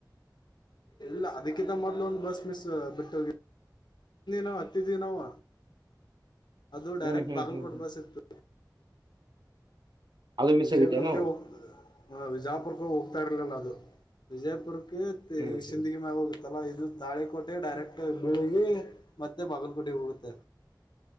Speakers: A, on the left; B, on the right.
A: ಇಲ್ಲ ಅದಕ್ಕಿಂತ ಮೊದ್ಲು ಒಂದು್ ಬಸ್ ಮಿಸ್ ಬಿಟ್ಟ ನಾವ ಹತ್ತಿದೀವಿ ನಾವು. ಅದು ಡೈರೆಕ್ಟ್
B: ಹ್ಮ್ ಹ್ಮ್
A: ಬಾಗಿಲ್
B: ಹ್ಮ್
A: ಕೊಡ್
B: ಹ್ಮ್
A: ಬಸ ಇತ್ತು.
B: ಅದು ಮಿಸ್
A: ವಿಜಯಪುರ್ಕ್ಕೆ
B: ಆಗಿತ್ತೇನು
A: ಹೋಗ ಹ ವಿಜಾಪುರ್ಕ್ಕ ಹೋಗ್ತಾ ಇರ್ಲಿಲ್ಲ ಅದು. ವಿಜಯಪುರ್. <unintelligible>
B: ಹ್ಮ್
A: ಸಿಂದಗಿ
B: ಹ್ಮ್
A: ಮ್ಯಾಗ ಹೋಗ ಅಲ್ಲ ಇದು ತಾಳೆಕೋಟೆ ಡೈರೆಕ್ಟ್ ಬಿಳಗಿ ಮತ್ತೆ ಬಾಗಲ್ಕೋಟೆಗ ಹೋಗುತ್ತ.